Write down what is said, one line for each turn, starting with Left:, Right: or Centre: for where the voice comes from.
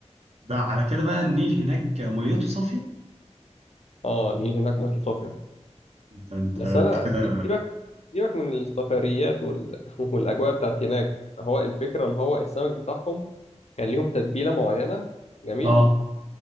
Right: ده على كده بقى النيل هناك ميته صافية
Left: اه النيل هناك ميته صافيه
Right: انت انت
Left: بس
Right: أنت
Left: انا
Right: كده
Left: سي- سيبك سيبك من السفريات وال... <laughs> والاجواء بتاعت هناك هو الفكره اللي هو السمك بتاعهم كان ليهم تتبيله معينه جميل
Right: اه